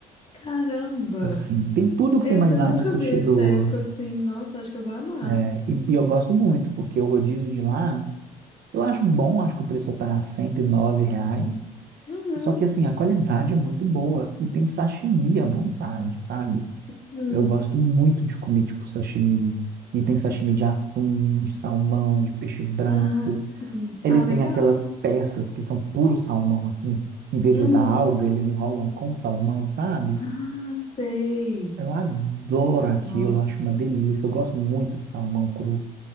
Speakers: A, on the left (about 30°); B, on the right (about 55°).
A: Caramba!
B: Assim, tem tudo que
A: Esse
B: você imaginar
A: eu nunca
B: de sushi
A: vi essa
B: do...
A: peça assim. Nossa, acho que eu vou amar.
B: é, e, e eu gosto muito, porque o rodízio de lá, eu acho bom. Acho que o preço tá 109 reais.
A: Uhum,
B: Só que, assim, a qualidade é muito boa. E tem sashimi à vontade, sabe?
A: uhum.
B: Eu gosto muito de comer, tipo, sashimi. E tem sashimi de atum, de salmão, de peixe branco.
A: Ah, sim.
B: Ele
A: Ah,
B: tem
A: legal.
B: aquelas peças que são puro salmão, assim, que em vez
A: Uhum.
B: de usar alga, eles enrolam com salmão, sabe?
A: Ah, sei.
B: Eu adoro aquilo,
A: Nossa.
B: acho uma delícia. Eu gosto muito de salmão cru.